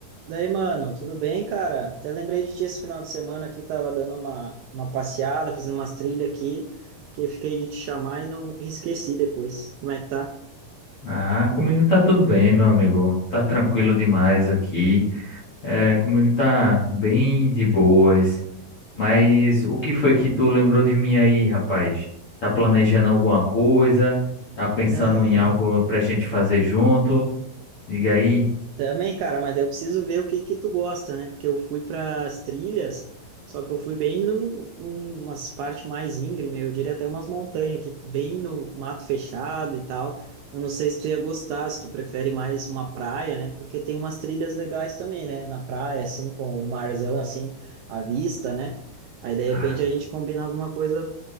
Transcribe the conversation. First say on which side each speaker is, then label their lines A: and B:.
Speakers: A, on the right (about 85°); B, on the left (about 45°).
A: Daí, mano, tudo bem, cara? Até lembrei de ti esse final de semana aqui, tava dando uma, uma passeada, fazendo umas trilhas aqui, que fiquei de te chamar e não e esqueci depois. Como é que tá?
B: Ah, comigo tá tudo bem, meu amigo. Tá tranquilo demais aqui. É, comigo tá bem de boas. Mas
A: <laughs>
B: o que foi que tu lembrou de mim aí, rapaz? Tá planejando alguma coisa? Tá pensando
A: Não.
B: em algo pra gente fazer junto? Diga aí.
A: Também, cara, mas daí eu preciso ver o que que tu gosta, né? Porque eu fui para as trilhas, só que eu fui bem num, num- umas partes mais íngreme, eu diria até umas montanhas aqui, bem no mato fechado e tal. Eu não sei se tu ia gostar, se tu prefere mais uma praia, né? Porque tem umas trilhas legais também, né? Na praia, assim, com o marzão, assim, à vista, né? Aí, de
B: Ah,
A: repente, a gente combina alguma coisa